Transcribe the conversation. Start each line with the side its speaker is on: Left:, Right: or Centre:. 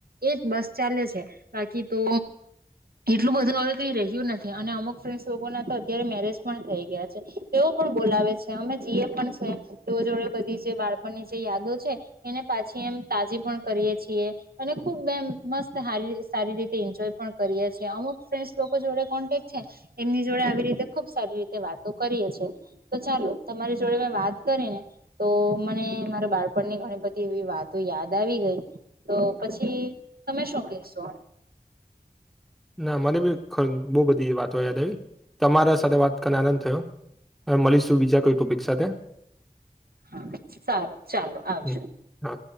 Right: એજ બસ ચાલે છે બાકી તો એટલું બધું હવે કઈ રહ્યું નથી અને અમુક ફ્રેન્ડ લોકો ના તો અત્યારે મેરેજ પણ થય ગિયા છે તે ઓ પણ બોલાવે છે અમે જીએ પણ છે તેઓ જોડે બધી જે બાળપણની જે યાદો છે એને પાછી એમ તાજી પણ કરીએ છીએ અને ખુબ એમ મસ્ત હારી સારી રીતે એન્જોય પણ કરીએ છીએ અમુક ફેન્ડસ લોકો જોડે કોન્ટેક્ટ છે એમની જોડે આવી રીતે ખુબ સારી રીતે વાતો કરીએ છે તો ચાલો તમારી જોડે મેં વાત કરી ને તો મને માર બાળપણની ઘણી બધી એવી વાતો યાદ આવી ગઈ તો પછી તમે શું કશો
Centre: ના મને બી બહુ બધી વાતો યાદ આવી તમારા સાથે વાત કરીને આનંદ થયો મળીશું બીજા કોઈ ટોપિક સાથે
Right: હા સારું ચાલો આવજો
Centre: હમ. હા